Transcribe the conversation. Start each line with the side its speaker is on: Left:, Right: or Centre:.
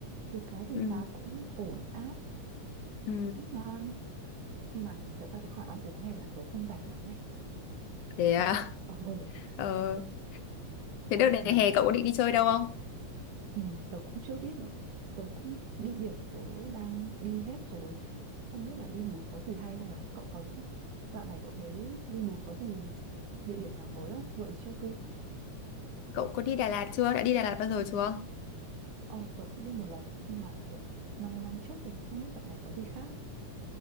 Right: được cái thì
Left: ừ
Right: giá cũng ổn áp
Left: ừ.
Right: cũng ngon nhưng mà thật ra cái khoản ăn uống này là tớ không rảnh lắm này
Left: Thế à?
Right: Nên là ờ, <laughs>
Left: <laughs> Ờ
Right: ừ.
Left: thế đợt
Right: tại
Left: này
Right: vì
Left: hè cậu có định đi chơi đâu không?
Right: Ừ, tớ cũng chưa biết nữa. Tớ cũng đi biển thì tớ đang đi hết rồi. Không biết là đi núi có gì hay không nhở? Cậu có dạo này cậu thấy đi núi có gì địa điểm nào mới không? Gợi ý cho tôi.
Left: Cậu có đi Đà Lạt chưa? Đã đi Đà Lạt bao giờ chưa?
Right: Ờ, tớ cũng đi một lần nhưng mà kiểu 5 năm trước rồi, không biết dạo này có gì khác.